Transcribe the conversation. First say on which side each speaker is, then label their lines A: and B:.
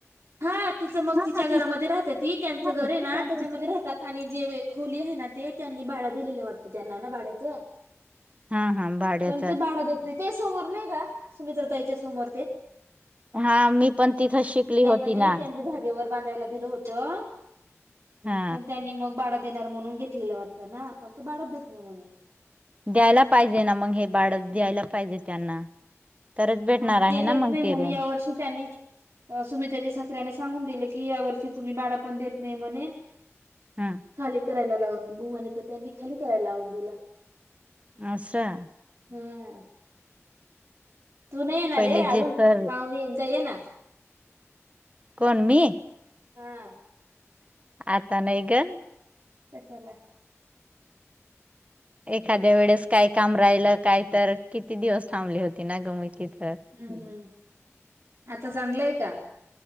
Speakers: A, on the right; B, on the right.
A: हा! तीच मग
B: ना
A: तिच्या
B: ना
A: घरामध्ये राहत्याती त्यांचं घर
B: तिथं
A: आहे ना त्याच्यामध्ये राहतात आणि जे खोली आहे ना ते त्यांनी भाड दिलेलं वाटतं त्यांना ना भाड्याचं
B: हा हा भाड्याच
A: पण ते भाडा देत नाही त्या समोर नाही का सुमित्रतााईच्या समोर ते
B: हा मी पण तिथं शिकली होती.
A: हो
B: ना
A: त्यांच्या जागेवर बांधायला दिलं होतं
B: हा
A: पण मग त्यांनी भाडं देणार म्हणून घेतलेलं वाटत ना आपण ते भाडंच देत नाही म्हणे.
B: द्यायला पाहिजे ना मग हे भाडं द्यायला पाहिजे त्यांना. तरच भेटणार
A: मग
B: आहे
A: ते
B: ना
A: देत
B: मग
A: नाही म्हणून
B: ते रूम
A: या वर्षी त्यांनी सुमित्राच्या सासऱ्याने सांगून दिले की की या वर्षी तुम्ही भाड पण देत नाही म्हणून
B: हा
A: खाली करा लाव म्हणे तर त्यांनी खाली करायला लावून दिला.
B: असं.
A: हम्म! तु नाही येणार
B: पहिले
A: आहे अजून
B: जे सर
A: पावणी एकदा ये ना.
B: कोण मी?
A: हा!
B: आता नाही ग.
A: कशाला?
B: एखाद्या वेळेस काय काम राहिलं काय तर किती दिवस थांबली होती ना गं मी तिथ.
A: हम्मम्! आता चांगलंय का?